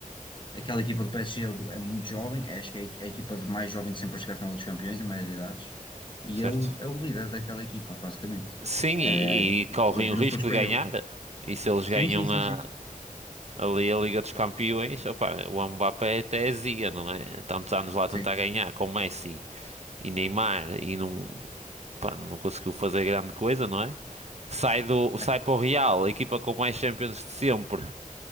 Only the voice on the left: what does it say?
Aquela equipa do PSG do- é muito jovem, é, acho que é a equipa de mais jovem de sempre a chegar à final dos campeões, em maioria de idades. E
ele é o líder daquela equipa, basicamente.
É,
eles viram-se
todos para
ele.
Sim,
sim, sim,
sim.
Sim.
É,